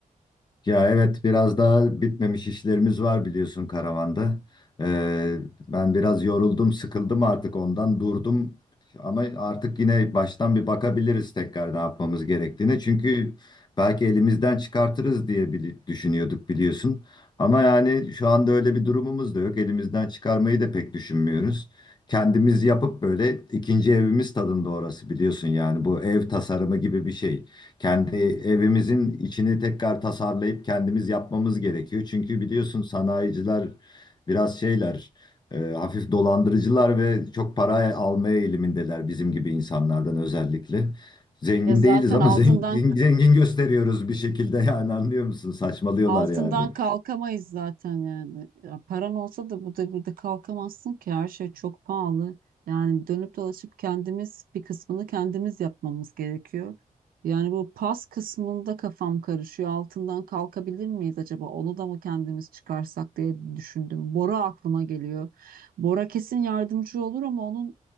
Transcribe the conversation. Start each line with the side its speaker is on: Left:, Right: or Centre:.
Left: Ya evet biraz daha bitmemiş işlerimiz var biliyorsun karavanda. Ee, ben biraz yoruldum, sıkıldım artık ondan durdum. Ama artık yine baştan bir bakabiliriz tekrar ne yapmamız gerektiğine. Çünkü belki elimizden çıkartırız diye bili- düşünüyorduk biliyorsun. Ama yani şu anda öyle bir durumumuz da yok. Elimizden çıkarmayı da pek düşünmüyoruz. Kendimiz yapıp böyle ikinci evimiz tadında orası biliyorsun yani bu ev tasarımı gibi bir şey. Kendi evimizin içini tekrar tasarlayıp kendimiz yapmamız gerekiyor. Çünkü biliyorsun sanayiciler biraz şeyler, e, hafif dolandırıcılar ve çok para almaya eğilimindeler bizim gibi insanlardan özellikle. Zengin
Right: Ya zaten
Left: değiliz ama
Right: altından
Left: <laughs> zengin, zengin gösteriyoruz bir şekilde yani anlıyor musun? Saçmalıyorlar
Right: Altından
Left: yani.
Right: kalkamayız zaten yani. Ya paran olsa da bu devirde kalkamazsın ki her şey çok pahalı. Yani dönüp dolaşıp kendimiz bir kısmını kendimiz yapmamız gerekiyor. Yani bu pas kısmında kafam karışıyor. Altından kalkabilir miyiz acaba? Onu da mı kendimiz çıkarsak diye düşündüm. Bora aklıma geliyor. Bora kesin yardımcı olur ama onun